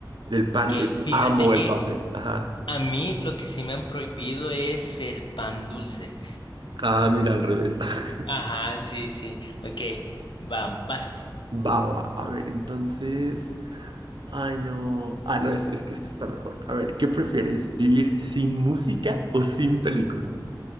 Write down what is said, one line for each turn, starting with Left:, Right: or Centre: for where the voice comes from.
Right: El pan,
Left: ok.
Right: el-
Left: Fíjate
Right: amo
Left: que
Right: el café. Ajá.
Left: a mí lo que sí me han prohibido es el pan dulce.
Right: Ah, mira, al revés. <laughs>
Left: Ajá, sí, sí, ok. Vamos, vas.
Right: Baba, a ver, entonces. Ay, no. Ah, no, es, es que este está mejor. A ver, ¿qué prefieres? ¿Vivir sin música o sin película?